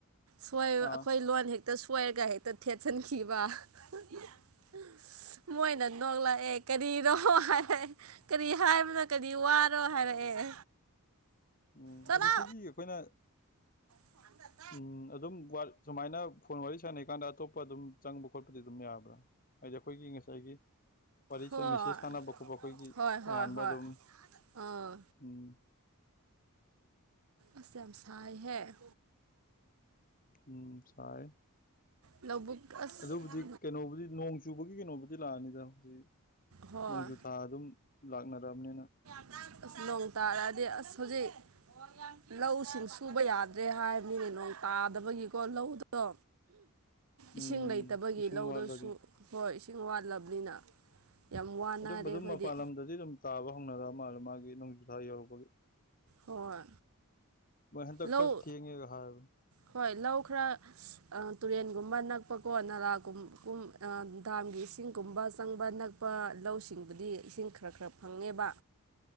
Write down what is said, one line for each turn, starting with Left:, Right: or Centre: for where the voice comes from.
Right: ꯁꯣꯏ
Left: ꯑꯥ
Right: ꯑꯩꯈꯣꯏ ꯂꯣꯟ ꯍꯦꯛ ꯇ ꯁꫭꯏꯔꯒ ꯍꯦꯛꯇ ꯊꯦꯠꯆꯟꯈꯤꯕ <unintelligible> ꯃꯣꯏꯅ ꯅꫭꯛꯂꯛꯑꯦ꯫ ꯀꯔꯤꯅꯣ <unintelligible> ꯍꯥꯏꯔꯛꯑꯦ ꯀꯔꯤ ꯍꯥꯏꯕꯅꯣ ꯀꯔꯤ ꯋꯥꯔꯣ ꯍꯥꯏꯔꯛꯑꯦ <unintelligible>
Left: ꯎꯝ
Right: ꯆꯠꯂꯣ
Left: ꯑꯗꫭ ꯁꯤꯒꯤ ꯑꯈꯣꯏꯅ
Right: <unintelligible>
Left: ꯎꯝ ꯑꯗꯨꯝ ꯋꯥꯜ ꯁꯨꯃꯥꯏꯅ ꯐꯣꯟ ꯋꯥꯔꯤ ꯁꯥꯟꯅꯩꯀꯥꯟꯗ ꯑꯇꯣꯞꯄ ꯑꯗꯨꯝ ꯆꯪꯕ ꯈꯣꯠꯄꯗꯤ ꯑꯗꯨꯝ ꯌꯥꯕ꯭ꯔꯥ꯫ ꯍꯥꯏꯗꯤ ꯑꯩꯈꯣꯏꯒꯤ ꯉꯁꯥꯏꯒꯤ ꯋꯥꯔꯤꯁꯦ
Right: ꯍꯣꯏ
Left: ꯃꯦꯁꯦꯖ ꯊꯥꯅꯕ ꯈꯣꯠꯄ ꯑꯩꯈꯣꯏꯒꯤ
Right: ꯍꯣꯏ
Left: ꯇꯣꯉꯥꯟꯕ
Right: ꯍꯣꯏ ꯍꯣꯏ
Left: ꯑꯗꯨꯝ
Right: ꯑꯥ
Left: ꯎꯝ
Right: ꯑꯁ ꯌꯥꯝ ꯁꯥꯏꯍꯦ <inaudible>
Left: ꯎꯝ ꯁꯥꯑꯦ꯫
Right: <inaudible> ꯂꯧꯕꯨꯛ ꯑꯁ
Left: ꯑꯗꯨꯕꯨꯗꯤ ꯀꯩꯅꯣꯕꯨꯗꯤ ꯅꯣꯡ ꯆꯨꯕꯒꯤ ꯀꯩꯅꯣꯕꯨ ꯍꯧꯖꯤꯛ ꯂꯥꯛꯑꯅꯤꯗ ꯍꯧꯖꯤꯛ
Right: ꯍꯣꯏ
Left: ꯅꯣꯡꯖꯨꯊꯥ ꯑꯗꯨꯝ ꯂꯥꯛꯅꯔꯕꯅꯤꯅ꯫
Right: <inaudible> ꯑꯁ ꯅꯣꯡ ꯇꯥꯔꯛꯑꯗꯤ ꯑꯁ ꯍꯧꯖꯤꯛ꯫ ꯂꯧꯁꯤꯡ ꯁꯨꯕ ꯌꯥꯗ꯭ꯔꯦ ꯍꯥꯏ ꯃꯤꯒꯤ ꯅꯣꯡ ꯇꯥꯗꯕꯒꯤꯀꯣ ꯂꯧꯗꯨꯗꯣ
Left: <unintelligible>
Right: ꯏꯁꯤꯡ ꯂꯩꯇꯕꯒꯤ
Left: ꯏꯁꯤꯡ
Right: ꯂꯧꯗꯨꯁꯨ
Left: ꯋꯥꯠꯂꯗꯤ
Right: ꯍꯣꯏ ꯏꯁꯤꯡ ꯋꯥꯠꯂꯕꯅꯤꯅ ꯌꯥꯝ ꯋꯥꯅꯔꯦ
Left: ꯑꯗꯨꯝ ꯑꯗꯨꯝ
Right: ꯑꯩꯈꯣꯏꯗꯤ
Left: ꯃꯄꯥꯟ ꯂꯝꯗꯗꯤ ꯑꯗꯨꯝ ꯇꯥꯕ ꯍꯧꯅꯔ ꯃꯥ ꯃꯥꯒꯤ ꯅꯣꯡꯖꯨꯊꯥ ꯌꯧꯔꯛꯄꯒꯤ
Right: ꯍꯣꯏ
Left: ꯍꯣꯏ ꯍꯟꯇꯛ
Right: ꯂꯧ
Left: ꯈꯔ ꯊꯦꯡꯉꯦꯅ ꯍꯥꯏ
Right: ꯍꯣꯏ ꯂꯧ ꯈꯔ ꯇꯨꯔꯦꯟꯒꯨꯝꯕ ꯅꯛꯄꯀꯣ ꯅꯂꯥꯒꯨꯝꯨꯝ ꯑ ꯗꯥꯝꯒꯤ ꯏꯁꯤꯡꯒꯨꯝꯕ ꯆꯪꯕ ꯅꯛ ꯑꯅꯛꯄ ꯂꯧꯁꯤꯡꯗꯨꯗꯤ ꯏꯁꯤꯡ ꯈꯔ ꯈꯔ ꯐꯪꯉꯦꯕ